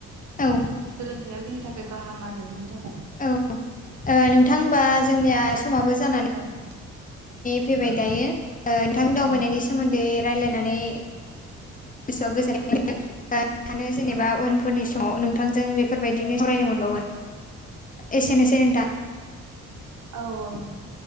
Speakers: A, on the left (about 25°); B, on the right (about 70°).
A: औ
B: सोलोंथायाइया जोंनि थाखाय गाहाम आरो बिनि थाखाय।
A: औ ओ नोंथां होमबा जोंनिया समाबो जानानै
B: औ
A: फैबाय
B: ओं
A: दायो नोंथांनि दावबायनायनि
B: उम
A: सोमोन्दै रायलायनानै गोसोआव गोजोननाय <unintelligible> सानो जेनेबा
B: औ
A: उनफोरनि समाव नोंथांजों बेफोरबायदिनो फरायनो मोनबावगोन। एसेनोसै नोंथां।
B: औ औ जागोन।